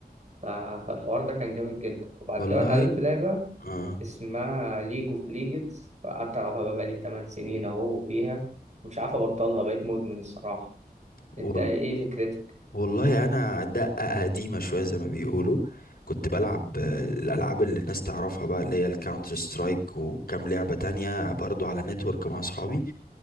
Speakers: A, on the right (about 45°); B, on the left (about 65°).
A: ف- فالحوار ده كان جامد جدا وبعد
B: والله
A: كده اتعلمت لعبه
B: اه
A: اسمها ليج اوف ليجندز فقعدت العبها بقى بقالي 8 سنين اهو فيها مش عارف ابطلها بقيت مدمن الصراحة
B: والله
A: انت ايه فكرتك؟
B: والله انا دقة قديمة شوية زي ما بيقولوا كنت بلعب آه، الالعاب اللي الناس تعرفها بقى اللي هي الكاونتر سترايك وكام لعبة تانية برضو على نتورك مع اصحابي